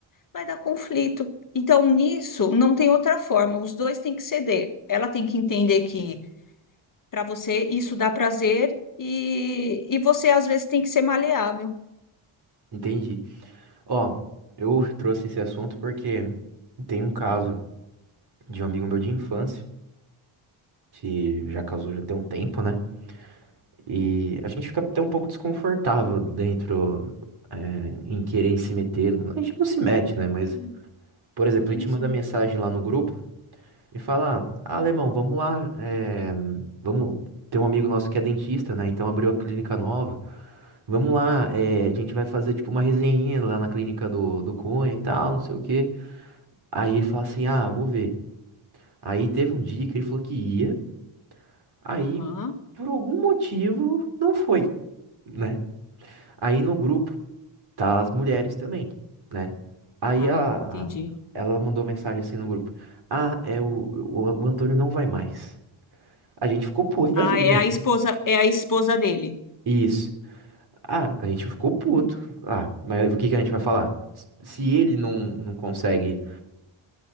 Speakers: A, on the left; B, on the right.
A: Vai dar conflito. Então, nisso, não tem outra forma. Os dois têm que ceder. Ela tem que entender que para você isso dá prazer e, e você, às vezes, tem que ser maleável.
B: Entendi. Ó, eu trouxe esse assunto porque tem um caso de um amigo meu de infância, que já casou já tem um tempo, né? E a gente fica até um pouco desconfortável dentro, é, em querer em se meter. A gente não se mete, né? Mas,
A: Sim,
B: por exemplo,
A: sim.
B: a gente
A: sim.
B: manda mensagem lá no grupo e fala: Ah, alemão, vamos lá, é, vamos. Tem um amigo nosso que é dentista, né? Então abriu a clínica nova. Vamos lá, é, a gente vai fazer tipo uma resenha lá na clínica do, do Cunha e tal, não sei o quê. Aí ele fala assim: ah, vou ver. Aí teve um dia que ele falou que ia, aí
A: Aham,
B: por algum motivo não foi, né? Aí no grupo tá as mulheres também, né? Aí
A: tá,
B: a,
A: entendi.
B: a- ela mandou mensagem assim no grupo: ah, é o, o, o Antônio não vai mais. A gente ficou puto da
A: Ah,
B: vida.
A: é a esposa, é a esposa dele.
B: Isso. Ah, a gente ficou puto. Ah, mas o que que a gente vai falar? Se ele não, não consegue